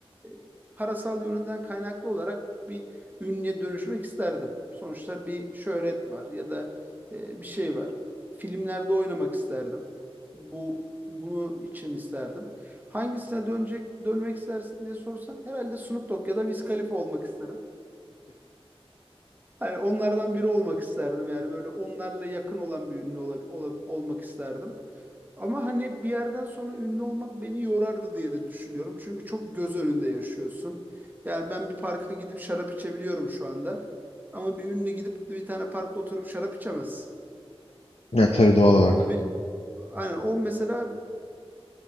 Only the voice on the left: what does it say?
Ya tabii doğal olarak.